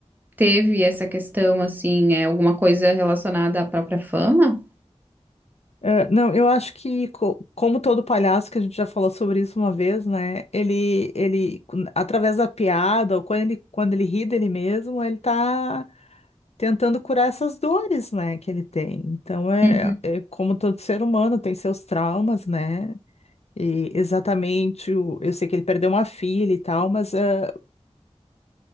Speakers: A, on the right (about 15°); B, on the left (about 65°).
A: teve essa questão, assim, é alguma coisa relacionada à própria fama?
B: É, não, eu acho que, co- como todo palhaço, que a gente já falou sobre isso uma vez, né? Ele, ele, com- através da piada, ou quando ele, quando ele ri dele mesmo, ele tá tentando curar essas dores, né, que ele tem. Então, é,
A: Uhum.
B: é como todo ser humano, tem seus traumas, né? E exatamente, o, eu sei que ele perdeu uma filha e tal, mas é,